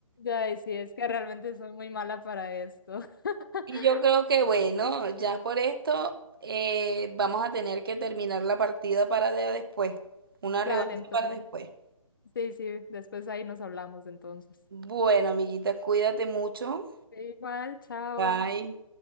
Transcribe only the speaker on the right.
Y yo creo que, bueno, ya por esto eh, vamos a tener que terminar la partida para de- después. Una
revancha
para después.
Bueno, amiguita, cuídate mucho.
Bye.